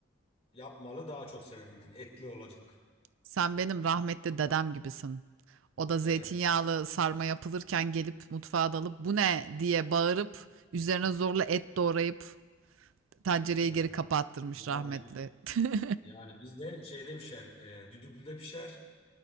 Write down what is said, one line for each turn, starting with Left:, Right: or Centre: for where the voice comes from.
Left: yapmalı daha çok severim ben. Etli olacak.
Right: <laughs> Sen benim rahmetli dedem gibisin. O da zeytinyağlı
Left: Evet.
Right: sarma yapılırken gelip mutfağa dalıp bu ne diye bağırıp üzerine zorla et doğrayıp tencereyi
Left: Evet.
Right: geri kapattırmış
Left: Yani
Right: rahmetli. <laughs>
Left: yani bizde şeyde pişer. E, düdüklüde pişer.